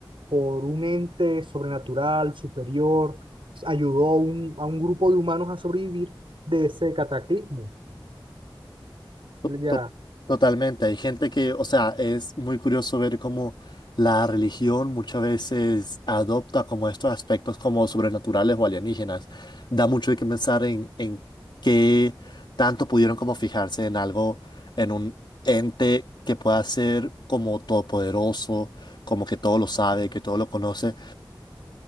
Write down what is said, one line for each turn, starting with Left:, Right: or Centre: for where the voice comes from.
Right: por un ente sobrenatural, superior, ayudó a un, a un grupo de humanos a sobrevivir de ese cataclismo.
Left: To-
Right: Ya,
Left: to- Totalmente, hay gente que, o sea, es muy curioso ver cómo la religión muchas veces adopta como estos aspectos como sobrenaturales o alienígenas. Da mucho de qué pensar en, en qué tanto pudieron como fijarse en algo, en un ente que pueda ser como todopoderoso, como que todo lo sabe, que todo lo conoce,